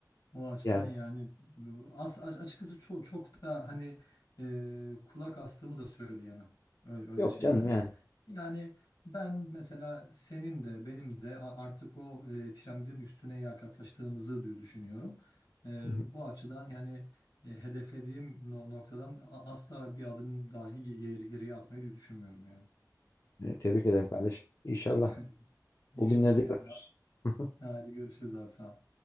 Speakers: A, on the left; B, on the left.
A: O açıdan
B: Yani
A: yani bu- as, a- açıkçası çok, çok da hani e, kulak astığımı da söyleyemem öyle, öyle
B: yok
A: şeylere.
B: canım yani.
A: Yani ben mesela senin de benim de a- artık o e, piramidin üstüne yaklaştığımızı dü- düşünüyorum. E,
B: Hı hı.
A: bu açıdan yani e, hedeflediğim no- noktadan a- asla bir adım dahi ge- geri- geriye atmayı düşünmüyorum yani.
B: E, Tebrik ederim kardeşim. İnşallah
A: <laughs> İnşallah
B: o günleri de
A: diyelim
B: görürüz.
A: abi.
B: <laughs>
A: Hadi görüşürüz abi sağ ol.